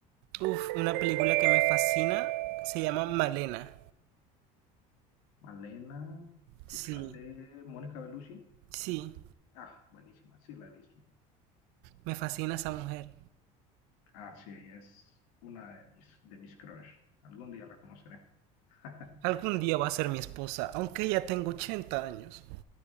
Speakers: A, on the right; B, on the left.
A: Uf, una película que me fascina se llama Malena.
B: Malena,
A: Sí,
B: que sale Mónica Bellucci.
A: sí,
B: Ah, buenísima, sí la he visto.
A: me fascina esa mujer.
B: Ah, sí, es una de mis, de mis crush. Algún día la conoceré. <laughs>
A: Algún día va a ser mi esposa, aunque ya tengo 80 años.